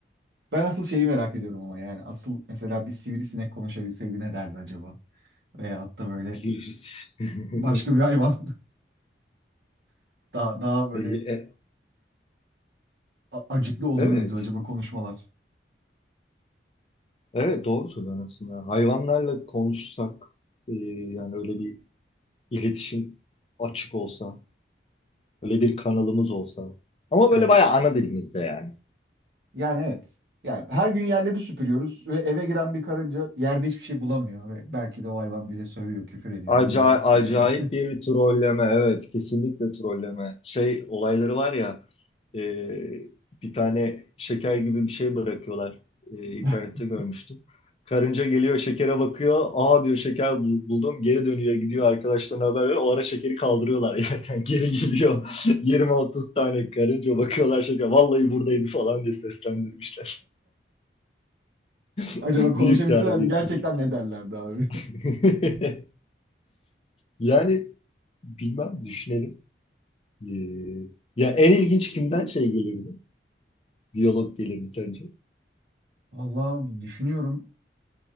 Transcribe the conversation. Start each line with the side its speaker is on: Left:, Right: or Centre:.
Right: Ben asıl şeyi merak ediyorum ama yani asıl mesela bir sivrisinek konuşabilseydi ne derdi acaba? Veyahut da böyle
Left: Biliriz. <laughs>
Right: başka bir hayvan <laughs> daha daha böyle
Left: E, e,
Right: a- acıklı olur
Left: evet.
Right: muydu acaba konuşmalar?
Left: Evet doğru söylüyorsun aslında. Hayvanlarla konuşsak e, yani öyle bir iletişim açık olsa Böyle bir kanalımız olsa. Ama
Right: Evet.
Left: böyle bayağı ana dilimizde yani.
Right: Yani evet. Yani her gün yerleri süpürüyoruz ve eve giren bir karınca yerde hiçbir şey bulamıyor ve belki de o hayvan bize sövüyor, küfür ediyor.
Left: Acayip,
Right: Bilmiyoruz ki
Left: acayip
Right: yani.
Left: bir trolleme. Evet, kesinlikle trolleme. Şey olayları var ya e, bir tane şeker gibi bir şey bırakıyorlar. E,
Right: <laughs>
Left: internette görmüştüm. Karınca geliyor şekere bakıyor. Aa diyor şeker bul- buldum. Geri dönüyor gidiyor arkadaşlarına haber veriyor. O ara şekeri kaldırıyorlar yerden. <laughs> Geri geliyor. <laughs> Yirmi otuz tane karınca bakıyorlar şeker. Vallahi buradaydı falan diye seslendirmişler. <laughs>
Right: Acaba konuşabilselerdi
Left: Büyük terbiyesiz.
Right: gerçekten ne derlerdi abi?
Left: <laughs> Yani bilmem düşünelim. Ee, ya en ilginç kimden şey gelirdi? Diyalog gelirdi sence?
Right: <laughs> Vallahi düşünüyorum.